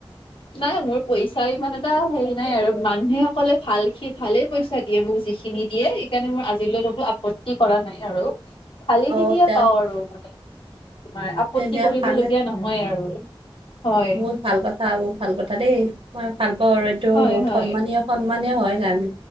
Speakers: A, on the left (about 70°); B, on the right (about 75°).
A: নাই মোৰ পইচা ইমান এটা হেৰি নাই আৰু মানুহে অকলে ভাল সি ভালে পইচা- দিয়ে মোক যিখিনি দিয়ে সেইকাৰণে মোৰ আজিলৈ কতো আপত্তি কৰা নাই আৰু। ভালি
B: অ
A: খিনিয়ে
B: তে
A: পাওঁ আৰু মানে তোমাৰ আপত্তি
B: দিয়া
A: কৰিবলগীয়া
B: ভালে
A: নহয় আৰু। হয়
B: বহুত ভাল কথা বহুত ভাল কথা দেই। মই ভাল পাওঁ আৰু এইটো
A: হয়
B: বহুত
A: হয়
B: সন্মানীয়- সন্মানীয় হয় গান